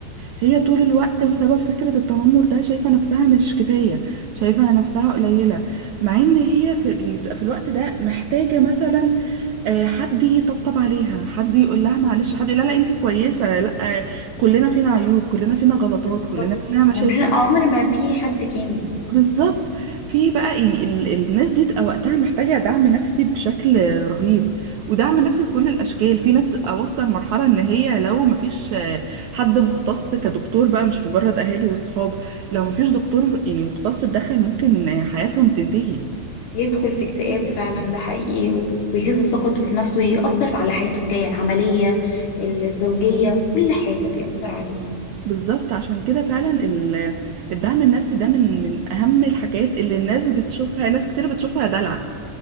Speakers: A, on the right; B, on the left.
A: هي طول الوقت بسبب فكرة التنمر ده شايفة نفسها مش كفاية شايفة نفسها قليلة مع ان هي في يعني بتبقى في الوقت ده محتاجة مثلا آه، حد يطبطب عليها حد يقول لها معلش حد يقول لها لا انتي كويسة لا آه، كلنا فينا عيوب كلنا فينا غلطات
B: بالظبط
A: كلنا فينا مشاكل
B: عمرنا عمر ما في حد كامل
A: بالظبط في بقى يعني ال- الناس دي بتبقى وقتها محتاجة دعم نفسي بشكل رهيب ودعم نفسي بكل الأشكال في ناس بتبقى واصلة لمرحلة إن هي لو مفيش آه، حد مختص كدكتور بقى مش مجرد أهالي وصحاب لو مفيش دكتور يعني مختص اتدخل ممكن آه، حياتهم تنتهي
B: يدخل في اكتئاب فعلا ده حقيقي ويهز ثقته في نفسه يأثر على حياته الجاية العملية الزوجية كل حاجة بيأثر عليه
A: بالظبط عشان كده فعلا ال- الدعم النفسي ده من من أهم الحاجات اللي الناس بتشوفها ناس كتير بتشوفها دلع